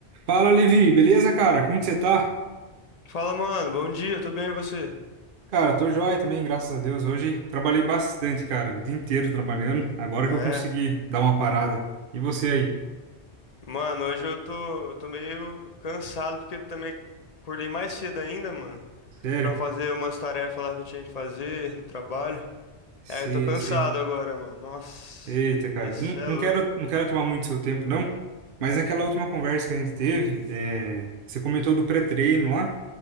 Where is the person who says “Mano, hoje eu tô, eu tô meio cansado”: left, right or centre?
Left